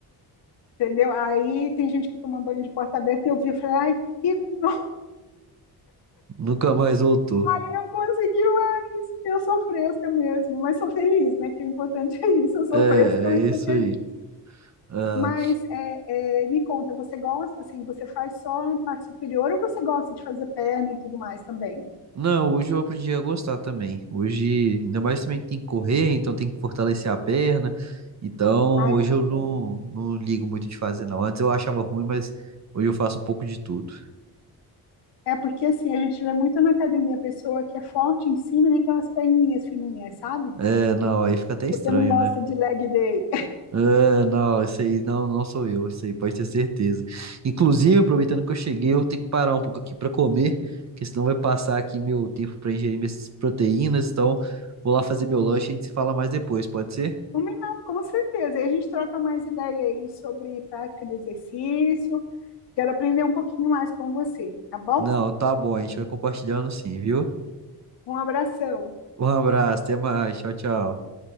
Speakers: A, on the left; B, on the right.
A: entendeu? Aí tem gente que toma banho de porta aberta eu vi e falei, ai, que não,
B: Nunca mais voltou.
A: ai, <laughs> não consegui mais, eu sou fresca mesmo, mas sou feliz, né? Que o importante <laughs> é isso, eu sou
B: É,
A: fresca, mas
B: é isso
A: sou feliz.
B: aí. Ah,
A: Mas é, é, me conta, você gosta, assim, você faz só a parte superior ou você gosta de fazer perna e tudo mais também?
B: Não, hoje eu aprendi a gostar também. Hoje, ainda mais também que tem que correr, então tem que fortalecer a perna. Então,
A: Ai,
B: hoje
A: que
B: eu não,
A: bom.
B: não ligo muito de fazer, não. Antes eu achava ruim, mas hoje eu faço um pouco de tudo.
A: É porque, assim, a gente vê muito na academia a pessoa que é forte em cima daquelas perninhas fininhas, sabe?
B: É, não, aí fica até estranho,
A: Porque não gosta
B: né?
A: de leg day.
B: Ah, não, isso aí não, não sou eu, isso aí pode ter certeza. Inclusive, aproveitando que eu cheguei, eu tenho que parar um pouco aqui para comer, porque senão vai passar aqui meu tempo para ingerir minhas proteínas. Então, vou lá fazer meu lanche e a gente se fala mais depois, pode ser?
A: Combinado, com certeza. E a gente troca mais ideia aí sobre prática de exercício. Quero aprender um pouquinho mais com você, tá bom?
B: Não, tá bom, a gente vai compartilhando sim, viu?
A: Um abração.
B: Um abraço, até mais. Tchau, tchau.